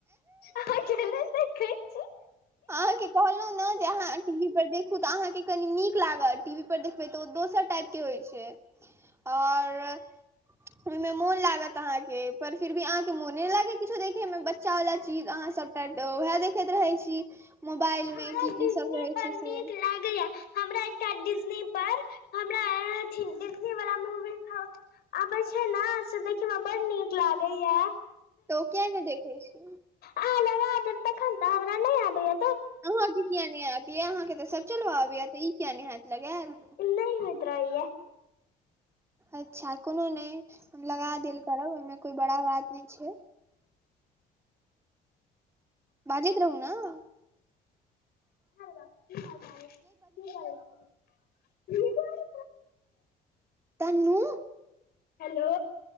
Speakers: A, on the left (about 65°); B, on the right (about 15°).
A: अहा के नइ देखइ छि?
B: अहाँ कि कहलहु ने के अहां टीवी पर देखू तऽ अहाँके कनी नीक लागत, टीवी पर देखबै तऽ ओ दोसर टाइप के होइ छै। और ओहिमे मोन लागत अहाँके पर फिर भी अहाँके मोने नहि लागत किछो देखे मे बच्चा वाला चीज अहाँ के सब त उएह देखैत रहै छी, मोबाइल
A: हमरा
B: मे की
A: डिज्नी
B: की सब रहै
A: पर
B: छै से
A: नीक हमरा एकटा डिजनी पर हमरा अथी वाला डिजनी पर आबै छै ने से देखय मेरा बड़ नीक लागे या
B: तो क्य नहि देखै छी
A: आ लग दे तखन तऽ हमरा नहि आबैय
B: अहाँके किया नहि आत ये अहाँके तऽ सब चलो आबय तऽ ई किया नहि हयत लगायल
A: इ नहि होैत रहअये या।
B: अच्छा कोनो नहि हम लगा देल करब ओहिमे कोई बड़ा बात नहि छै। बाजैत रहू न।
A: क क <unintelligible> ह की कह छै क कह
B: तनू
A: हेलो।